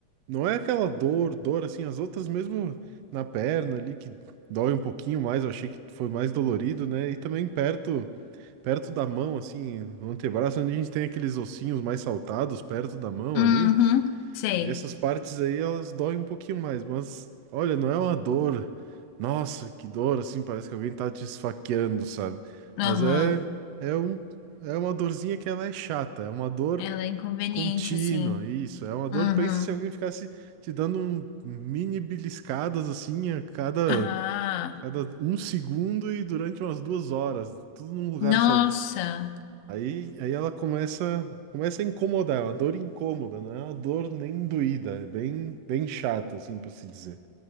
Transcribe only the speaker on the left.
Uhum,
sei.
Aham.
Ela é inconveniente,
assim.
Uhum.
Ah,
nossa,